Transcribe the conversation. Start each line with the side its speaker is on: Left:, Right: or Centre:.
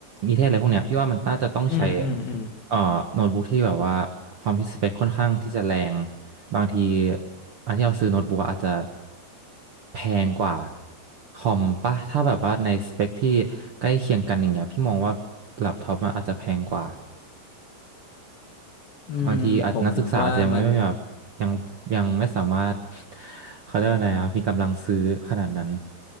Right: นิเทศอะไรพวกเนี้ยพี่ว่ามันน่าจะต้องใช้
Left: มอืมอืม
Right: เอ่อโน้ตบุ๊กที่แบบว่าความที่สเปคค่อนข้างที่จะแรงบางทีอันที่เราซื้อโน้ตบุ๊กอะอาจจะแพงกว่าคอมป่ะถ้าแบบว่าในสเปคที่ใกล้เคียงกันอย่างเงี้ยพี่มองว่าแล็ปท็อปมันอาจจะแพงกว่า
Left: อืมผมว่ามัน
Right: บางทีอาจนักศึกษาอาจจะยังไม่แบบยังยังไม่สามารถ <laughs> เขาเรียกว่าอะไรอะมีกำลังซื้อขนาดนั้น